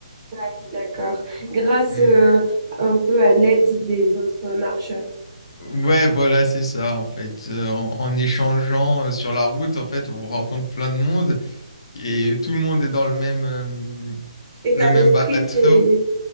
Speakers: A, on the right; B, on the left.
A: Ah oui, d'accord. Grâce
B: Mm.
A: euh, un peu à l'aide des autres marcheurs.
B: Ouais, voilà, c'est ça, en fait. Euh, en, en échangeant euh, sur la route, en fait, on rencontre plein de monde. et tout le monde est dans le même, euh,
A: État
B: le même
A: d'esprit,
B: bateau.
A: et,